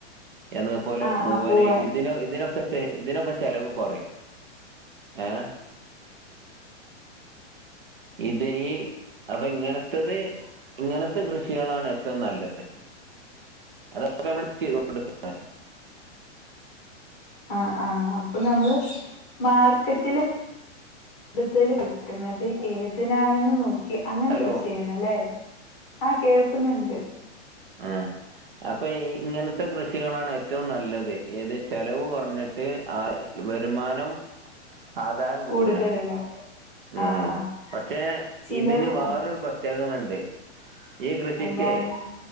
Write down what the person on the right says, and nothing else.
എന്നതുപോലെ
പൂവന്
ഇതിനോ ഇതിനോ ഇതിനൊക്കെ ചെലവ് കുറയും ഏഹ് ഇത് ഇ അപ്പൊ ഇങ്ങനത്തത് ഇങ്ങനത്തെ കൃഷികളാണ് ഏറ്റവും നല്ലത് അതാപ്പൊ നമ്മള് ചെയ്ത് കൊടുക്കുന്നെ
ഹലോ
ആഹ് അപ്പൊ ഇ ഇങ്ങനത്തെ കൃഷികളാണ് ഏറ്റവും നല്ലത് ഏത് ചെലവ് കൊറഞ്ഞിട്ട് ആഹ് വരുമാനം ആദായം
കിട്ട്ണ് ഉം
പക്ഷെ
ഇതിന് വേറൊരു
പ്രത്യേകണുണ്ട് ഈ കൃഷിക്കെ